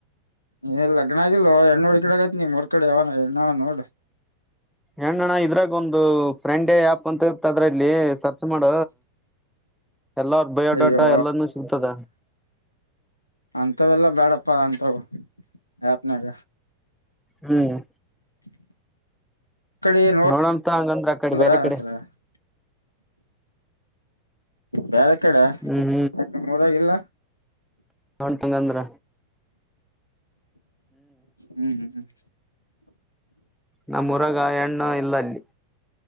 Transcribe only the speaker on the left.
ಏ ಲಗ್ನ ಆಗಲ್ ಹೆಣ್ಣಡ್ ಕಡೆ ಆತ್ ನೀ ಮೂರ್ ಕಡೆ ಯಾವನ ಹೆಣ್ಣವ ನೋಡು
ಅಯ್ಯೋ
ಅಂತವೆೆಲ್ಲಾ ಬ್ಯಾಡಪ್ಪ ಅಂತ ಯಪ್ನಾಗ
<inaudible> ಕಡೆ ನೋಡ್
<unintelligible>
ಬೇರೆ ಕಡೆ
ನಿಮೂರಾಗಿಲ್ಲ
ಹ್ಮ್್ಮ ಹ್ಮ್